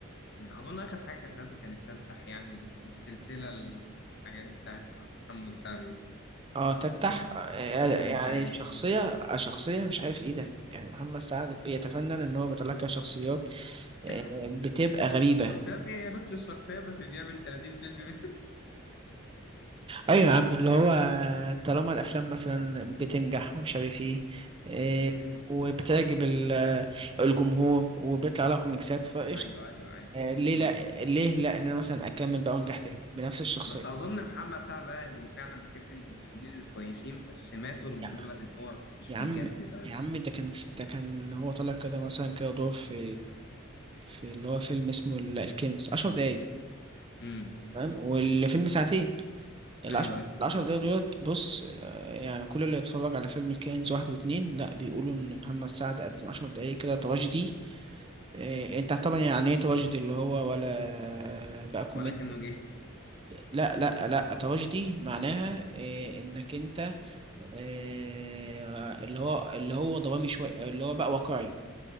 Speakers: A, on the left (about 55°); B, on the right (about 25°).
A: أمم. اظن اخر حاجه كانت نازله كانت تفتح يعني للسلسله الحاجات بتاعت محمد سعد دي.
B: اه تفتح
A: امم
B: آه،
A: امم
B: يعني
A: تقريبا
B: شخصية آه، شخصية مش عارف ايه ده يعني محمد سعد بيتفنن ان هو بيطلع لك شخصيات آه،
A: <laughs>
B: بتبقى غريبة
A: الشخصيات ايه هي نفس الشخصية بس بيعمل 30 فيلم منه
B: ايوه
A: <laughs>
B: يا عم اللي هو طالما الافلام مثلا بتنجح ومش عارف ايه إيه،
A: امم
B: وبتعجب ال- الجمهور وبيطلع لها كوميكسات فقشطه
A: ايوه ايوه ايوه
B: آه، ليه
A: مم.
B: لا ليه لا ان انا مثلا اكمل بقى وانجح تاني بنفس الشخصيه
A: بس اظن محمد سعد ده هو فعلا بجد من الفنانين الكويسين بس ماتوا لمجرد
B: يا
A: ان هو مش
B: يا
A: بيجدد
B: عم
A: او
B: يا عم ده كان في ده كان هو طالع كده مثلا كده دور في في اللي هو فيلم اسمه ال- الكنز 10 دقايق
A: امم
B: فاهم والفيلم ساعتين العشر
A: ايوه ايوه
B: العشر دقايق دولت بص آه، يعني كل اللي يتفرج على فيلم الكنز واحد واتنين لا بيقولوا ان محمد سعد قدم عشر دقايق كده تراجيدي آه، انت طبعا يعني ايه تراجيدي اللي هو ولا بقى كوميدي
A: ولكنه جه
B: لا لا لا تراجيدي معناها آه، انك انت آه، اللي هو اللي هو درامي شويه اللي هو بقى واقعي